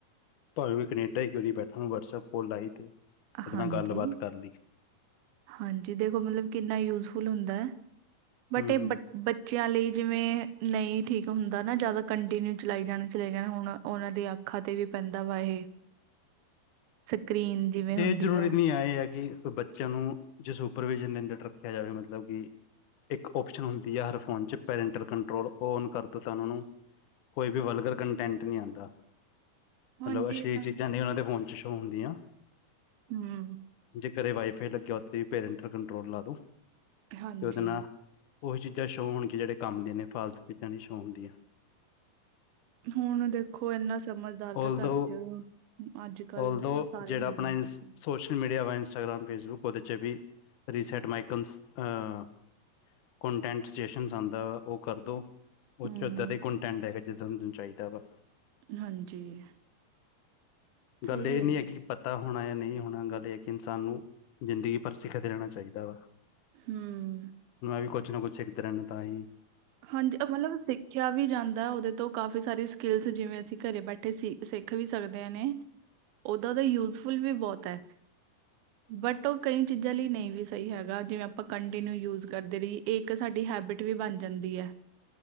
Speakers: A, on the left; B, on the right.
A: ਭਾਵੇਂ ਵੀ ਕਨੇਡਾ ਹੀ ਕਿਉਂ ਨੀ ਬੈਠਾ, ਵਟਸਐਪ ਫੋਨ ਲਾਈ ਤੇ ਉਹਦੇ
B: ਹਾਂਜੀ।
A: ਨਾਲ ਗੱਲਬਾਤ ਕਰ ਲਈ।
B: ਹਾਂਜੀ, ਦੇਖੋ ਮਤਲਬ ਕਿੰਨਾ ਯੂਜਫੁਲ ਹੁੰਦਾ ਹੈ, ਬਟ
A: ਹਮ
B: ਇਹ
A: ਹਮ
B: ਬ ਬੱਚਿਆਂ ਲਈ ਜਿਵੇਂ ਨਹੀਂ ਠੀਕ ਹੁੰਦਾ ਨਾ ਜਿਆਦਾ ਕੰਟੀਨਿਊ ਚਲਾਈ ਜਾਣਾ, ਚਲਾਏ ਜਾਣੇ, ਹੁਣ ਉਹਨਾਂ ਦੇ ਆਪ ਅੱਖਾਂ ਤੇ ਵੀ ਪੈਂਦਾ ਵਾ ਇਹ। ਸਕਰੀਨ ਜਿਵੇਂ ਹੁੰਦੀ
A: ਇਹ ਜ਼ਰੂਰੀ
B: ਹੈ।
A: ਨਹੀਂ ਆ, ਇਹ ਹੈ ਕਿ ਬੱਚਿਆਂ ਨੂੰ ਜੇ ਸੁਪਰਵਿਜ਼ਨ ਦੇ ਅੰਦਰ ਰੱਖਿਆ ਜਾਵੇ ਮਤਲਬ ਕਿ ਇੱਕ ਓਪਸ਼ਨ ਹੁੰਦੀ ਆ ਹਰ ਫੋਨ 'ਚ, ਪੈਰੈਂਟਲ ਕੰਟਰੋਲ, ਔਨ ਕਰ ਦਿਉ ਤਾਂ ਉਹਨਾਂ ਨੂੰ ਕੋਈ ਵੀ ਵਲਗਰ ਕੰਟੈਂਟ ਨਹੀਂ ਆਉਂਦਾ,
B: ਹਾਂਜੀ
A: ਮਤਲਬ ਅਸ਼ਲੀ
B: ਇਹ ਤਾਂ
A: ਚੀਜ਼ਾਂ ਨਹੀਂ ਉਹਨਾਂ ਦੇ ਫੋਨ 'ਚ ਸ਼ੂਅ ਹੁੰਦੀਆਂ।
B: ਹਮ।
A: ਜੇ ਘਰ ਇਹ ਵਾਈਫਾਈ ਲੱਗਿਆ, ਉੱਥੇ ਵੀ ਪੇਰੈਂਟ ਕੰਟਰੋਲ ਲਾ ਦੋ
B: ਹਾਂਜੀ।
A: ਤੇ ਉਹਦੇ ਨਾਲ ਉਹੀ ਚੀਜ਼ਾਂ ਸ਼ੋਹ ਹੋਣੀਆਂ ਜਿਹੜੇ ਕੰਮ ਦੀਆਂ ਨੇ, ਫਾਲਤੂ ਚੀਜ਼ਾਂ ਦੀ ਸ਼ੋਹ ਹੁੰਦੀਆਂ।
B: ਹੁਣ ਦੇਖੋ ਏਨਾ ਸਮਝਦਾਰ
A: ਓਲਦੋ
B: ਤਾਂ ਕੱਰ ਚੋ ਈ ਏ। ਅੱਜ-ਕੱਲ
A: ਓਲਦੋ
B: ਤਾਂ ਸਾਰੇ
A: ਜਿਹੜਾ
B: ਹੁੰਦੇ
A: ਆਪਣਾ
B: ਨੇ।
A: ਸੋਸ਼ਲ ਮੀਡੀਆ ਵ ਇੰਸਟਾਗ੍ਰਮ ਫੇਸਬੁੱਕ ਓਦੇ ਚ ਵੀ ਰੀਸੈਂਟ ਮਾਈਕਨਸ ਅ ਕੰਟੈਂਟ ਸਟੇਸ਼ਨਸ ਆਦਾ, ਓ ਕਰ ਦੋ। ਓ
B: ਹੂੰ,
A: ਚ ਓਦਾਂ ਦੇ ਈ ਕੰਟੈਂਟ ਹੈਗੇ। ਜਿੱਦਾਂ ਤੁੈਨੂੰ ਚਾਇਦਾ ਵਾ।
B: ਹਾਂਜੀ ਸਹੀ
A: ਗੱਲ ਏ ਨੀ
B: ਹੈ
A: ਐ ਕਿ ਪਤਾ ਹੋਣਾ ਏ ਨਹੀਂ ਹੋਣਾ ਗੱਲ ਇਕ ਇਨਸਾਨ ਨੂੰ ਜ਼ਿੰਦਗੀ ਪਰ ਸਿਖਦੇ ਰਹਿਣਾ ਚਾਇਦਾ ਵਾ।
B: ਹੂੰ।
A: ਮੈਂ ਵੀ ਕੁਛ ਨਾ ਕੁਛ ਸਿੱਖਦਾ ਰੈੰਦਾ ਤਾਂ ਈ।
B: ਹਾਂਜੀ ਐ ਮੰਨੋਗੇ ਤੁਸੀ ਸਿੱਖਿਆ ਵੀ ਜਾਂਦਾ ਓਦੇ ਤੋਂ ਕਾਫੀ ਸਾਰੀ ਸਕਿਲਸ ਜਿਵੇਂ ਅਸੀਂ ਘਰੇ ਬੈਠੇ ਸਿੱਖ ਵੀ ਸਕਦੇ ਨੇ। ਉਦਾਂ ਤੇ ਯੂਜਫੁਲ ਵੀ ਬੋਤ ਐ। ਬਟ ਓ ਕਈ ਚੀਜ਼ਾਂ ਲਈ ਨਹੀਂ ਵੀ ਸਹੀ ਹੈਗਾ, ਜਿਵੇਂ ਆਪਾਂ ਕੰਟੀਨਿਊ ਯੂਜ ਕਰਦੇ ਰੀ ਏ- ਇੱਕ ਸਾਡੀ ਹੈਬਿਟ ਵੀ ਬਣ ਜਾਂਦੀ ਐ।